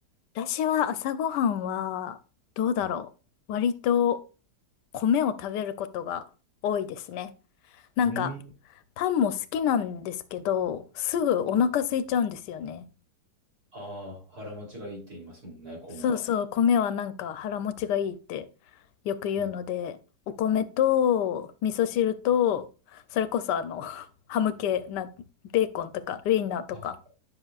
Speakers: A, on the left (about 80°); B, on the right (about 60°).
A: 私は朝ごはんは、どうだろう。
B: うん。
A: 割と米を食べることが多いですね。なんか、
B: うん
A: パンも好きなんですけど、すぐお腹空いちゃうんですよね。
B: ああ、腹持ちがいいって言いますもんね、米は。
A: そうそう、米はなんか腹持ちがいいってよく言うので、
B: うん
A: お米と味噌汁と、それこそあの、<laughs> ハム系な、ベーコンとかウインナーとか、
B: あ、